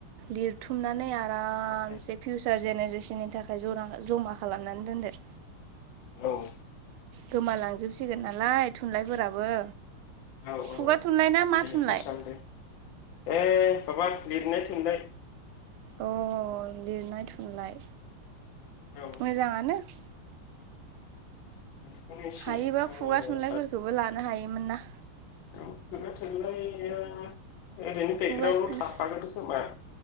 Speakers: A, on the right (about 85°); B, on the left (about 70°).
A: लिरथुम खांनानै आरामसे
B: सानदों
A: फिउचार जेनेरेसन बिनि थाखाय जरा जमा खालामनानै दोनदो।
B: औ
A: गोमालांजोबसिगोन नालाय थुनलाइफोराबो
B: औ
A: खुगा
B: औ दे
A: थुनलाइ ना मा थुनलाइ
B: बेखौनो सानदों। ए माबा लिरनाय थुनलाइ।
A: अ लिरनाय थुनलाइ
B: औ
A: मोजाङानो <inaudible>
B: बेखौनो एसे
A: हायोबा
B: आङो
A: खुगा थुनलाइफोरखौबो लानो हायोमोन ना
B: औ खुगाथुनलाया ओरैनो
A: खुगा
B: बेकग्राउडल'
A: थुनलाइ
B: थाफागोन खोमा